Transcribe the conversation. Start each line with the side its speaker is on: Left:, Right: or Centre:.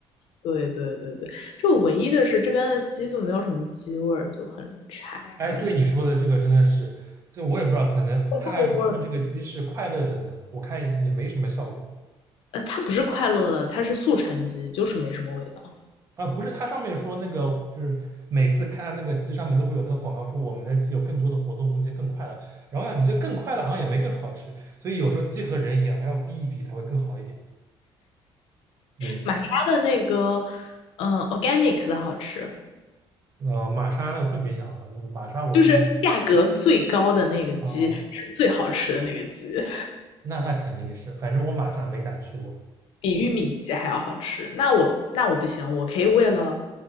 Left: 对对对对，就唯一的是这边的鸡就没有什么鸡味儿，就很柴，
Right: 哎，
Left: 很素
Right: 对你说的这个真的是，这我也不知道，可能他还说他们这个鸡是快乐的呢，
Left: 肉味儿。
Right: 我看也也没什么效果
Left: 呃，它不是快乐的，它是速成鸡，就是没什么味道。
Right: 啊。不是，它上面说那个就是每次看到那个鸡上面都会有那个广告说我们的鸡有更多的活动空间，更快乐。然后啊，你这更快乐好像也没更好吃，所以有时候鸡和人一样，还要逼一逼才会更好一点。对。
Left: 玛莎的那个，嗯、o r g a n i c 的好吃，
Right: 呃，玛莎那我更别想了，我玛莎我这
Left: 就是价格最高的那个鸡是最好吃的那个鸡，
Right: 啊，那那肯定是，反正我玛莎没咋去过，
Left: 比玉米鸡还要好吃。那我那我不行，我可以为了，